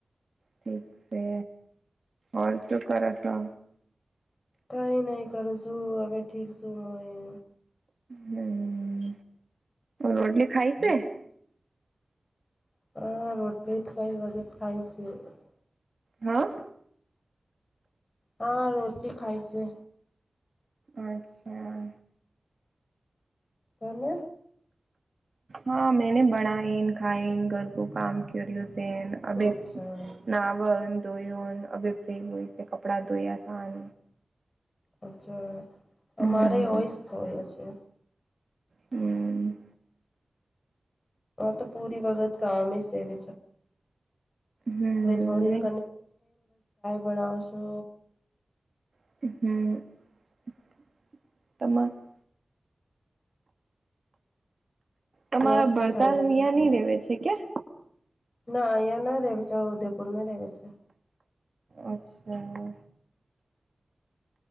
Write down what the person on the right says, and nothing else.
ઠીક છે ઓર શું કરો છો
હમ્ રોટલી ખાઈ છે.
હા.
અચ્છા.
હા મેને બનાય ખાાઈન ઘર કો કામ કર્યો છે ન અભી
નાવ ધોયન અભી ફિ ય વ ઇ કપડા ધોયા તા ન
હમ
હમ્
હમ
<unintelligible> <inaudible> તમારા
ભરતાલ
અહિયાં
ની રેવે છે કે
અચ્છા.